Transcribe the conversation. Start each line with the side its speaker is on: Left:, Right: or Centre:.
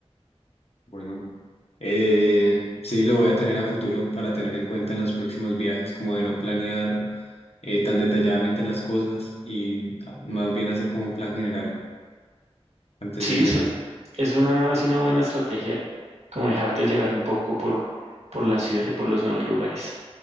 Left: Bueno, eh, sí, lo voy a tener a futuro para tener en cuenta en los próximos viajes, como de no planear eh, tan detalladamente las cosas y ah, más bien hacer como un plan general antes
Right: Sí,
Left: de viajar.
Right: es, es una, es una buena estrategia, como dejarte llevar un poco por, por la ciudad y por los nuevos lugares.